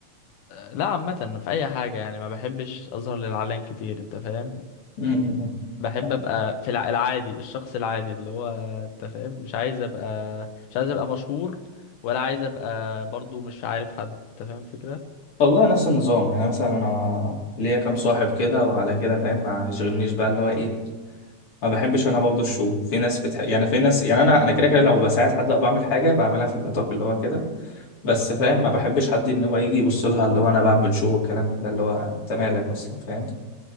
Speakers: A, on the left (about 75°); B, on the left (about 45°).
A: لا عامه في اي حاجه يعني ما بحبش اظهر للعلن كتير انت فاهم
B: م- م-
A: بحب
B: م.
A: ابقى في الع- العادي الشخص العادي اللي هو انت فاهم مش عايز ابقى مش عايز ابقى مشهور ولا عايز ابقى برضو مش عارف حد انت فاهم الفكره
B: والله نفس النظام يعني مثلا أنا ليا كام صاحب كده وعلى كده فاهم ما يشغلنيش بقى اللي هو إيه ما بحبش أنا برضه الشو في ناس بتحب يعني في ناس يعني أنا أنا كده كده لو بساعد حد أو بعمل حاجة بعملها في النطاق اللي هو كده بس فاهم
A: امم
B: ما بحبش حد ان هو يجي يبص لها اللي هو انا بعمل شو والكلام من ده اللي هو انت مالك اصلا فاهم